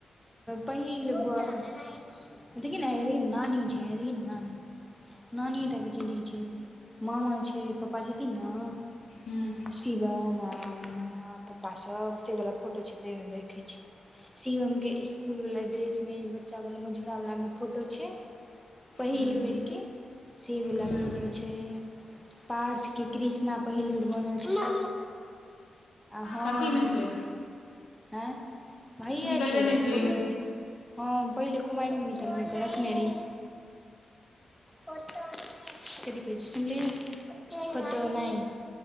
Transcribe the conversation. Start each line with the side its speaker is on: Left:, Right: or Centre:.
Centre: पहिल बॉस देखी न हया देखी नानी छै मामी नानि तक के चिन्हैत छै मामा छै पप्पा छथिन ने
Left: हूँ
Centre: शिवम माँ पप्पा सब स वला फोटो छै तमे देखै छै शिवम के ईस्कूल वला ड्रेसमे बच्चावला मझुरावलामे फोटो छै पहिल
Left: हूँ
Centre: बेरके सेवला
Left: हूँ
Centre: फोटो छै पार्थके कृष्णा पहिल बेर बनल छै आ हम
Left: कथीमे छै
Centre: हँ भयै
Left: निकल
Centre: छै
Left: वे जी
Centre: फोटो हँ पहिल कुमायर मे निकलबै लेके रखने रही कथि कह छै सुनलीएय फोतो नय